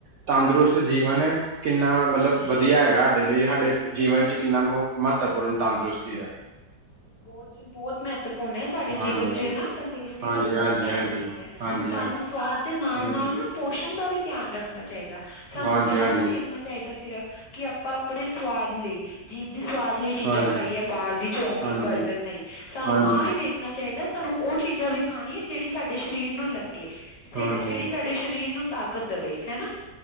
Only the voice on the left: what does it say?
ਬਹੋਤ ਜੀ ਬਹੋਤ ਮਹਿ ਮਹੱਤਵਪੂਰਨ ਹੈ, ਸਾਡੇ
ਜੀਵਨ ਚ ਨਾ ਤੰਦਰੁਸਤੀ
ਦਾ ਬਹੁਤ
ਮਹੱਤਵਪੂਰਨ
ਹੈ,
ਸਾਨੂੰ
ਸਵਾਦ ਦੇ ਨਾਲ
ਨਾਲ ਨਾ ਪੋਸ਼ਣ ਦਾ ਵੀ ਧਿਆਨ ਰੱਖਣਾ ਚਾਹੀਦਾ, ਸਾਨੂੰ
ਇਹ
ਨੀ ਦੇਖਣਾ ਚਾਹੀਦਾ, ਸਿਰਫ ਕਿ ਆਪਾ ਆਪਣੇ ਸਵਾਦ ਲਈ ਜੀਭ ਦੀ ਸਵਾਦ ਲਈ ਚੀਜ਼ਾਂ
ਖਾਈਏ ਬਾਹਰ ਦੀ ਚੌਮਮੀਨ
ਬਰਗਰ ਨਹੀਂ ਸਾਨੂੰ
ਆਹ ਵੀ ਦੇਖ ਚਾਹੀਦਾ ਸਾਨੂੰ ਉਹ ਚੀਜ਼ਾਂ ਵੀ ਖਾਣੀ ਆ, ਜਿਹੜੀ ਸਾਡੇ ਸ਼ਰੀਰ ਨੂੰ ਲੱਗੇ ਸ
ਜਿਹੜੀ
ਸਾਡੇ ਸਰੀਰ ਨੂੰ ਤਾਕਤ ਦਵੇ ਹੈ ਨਾ।